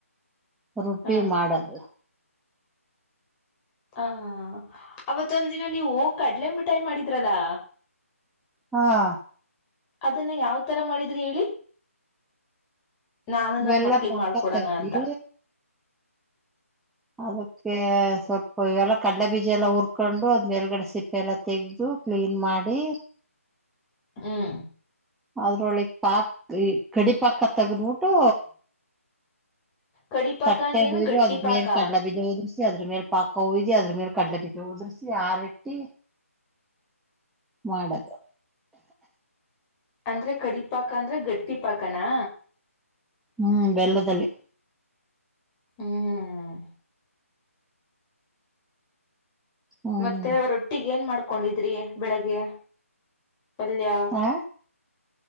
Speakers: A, in the centre; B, on the left (about 15°).
A: ರುಪ್ಪಿ
B: ಹಾ
A: ಮಾಡದು
B: ಅಂ ಹಾಂ ಅವತ್ತೊಂದ ದಿನ ನೀವು ಕಡಲೆ ಮಿಠಾಯಿ ಮಾಡಿದ್ರಲ್ಲಾ
A: ಹಾಂ
B: ಅದನ್ನ ಯಾವ್ ತರ ಮಾಡಿದ್ರಿ ಹೇಳಿ ನಾನು ನನ್
A: ಬೆಲ್ಲ
B: ಮಕ್ಳಗ್
A: ಪಾಕ
B: ಮಾಡ್ಕೊಡಣ
A: ತೆಗ್ದಿ
B: ಅಂತ
A: ಅದಕ್ಕೆ ಸ್ವಲ್ಪ ಎಲ್ಲ ಕಡ್ಲೆಬೀಜ ಎಲ್ಲ ಹುರ್ಕೊಂಡು ಅದ್ ಮೇಲ್ಗಡೆ ಸಿಪ್ಪೆ ಎಲ್ಲ ತೆಗೆದು ಕ್ಲೀನ್ ಮಾಡಿ
B: ಹ್ಮ
A: ಅದ್ರೊಳಗ್ ಪಾಕ್ ಈ ಕಡಿ ಪಾಕ ತಗದ್ಬಿಟ್ಟು
B: ಕಡಿಪಾಕ
A: ಕಟ್ಟೆ
B: ಅಂದ್ರೆ ಏನು
A: ಹೋಯ್ರು
B: ಗಟ್ಟಿ
A: ಅದ್ಮೇಲೆ
B: ಪಾಕ
A: ಕಡ್ಲೆ ಬೀಜ ಉದುರ್ಸು ಅದ್ರ ಮೇಲೆ ಪಾಕ ಉಯ್ದಿ ಅದ್ರ ಮೇಲೆ ಕಡ್ಲೆ ಪಿಟ್ಟಿ ಉದ್ರಸಿ ಆರೆಟ್ಟಿ ಮಾಡದು
B: ಅಂದ್ರೆ ಕಡಿಪಾಕ ಅಂದ್ರೆ ಗಟ್ಟಿ ಪಾಕನಾ
A: ಹ್ಮ್ ಬೆಲ್ಲದಲ್ಲಿ
B: ಹ್ಮ್
A: ಹ್ಮ್
B: ಮತ್ತೆ ರೊಟ್ಟಿಗ ಏನ್ ಮಾಡ್ಕೊಂಡಿದ್ರಿ ಬೆಳಿಗ್ಗೆ ಪಲ್ಯ
A: ಆ